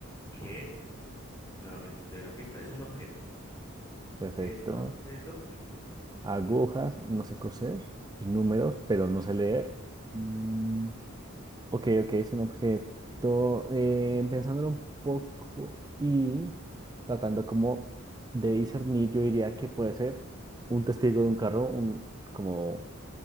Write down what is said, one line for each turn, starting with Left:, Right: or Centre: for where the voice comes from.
Left: ¿Qué es? Nuevamente te doy una pista, es un objeto.
Right: perfecto.
Left: Es un objeto. ujú.
Right: Agujas, no sé coser, y números, pero no sé leer. Mm, Ok, ok, es un objeto, eh, pensándolo un poco y tratando como de discernir, yo diría que puede ser un testigo de un carro, un, como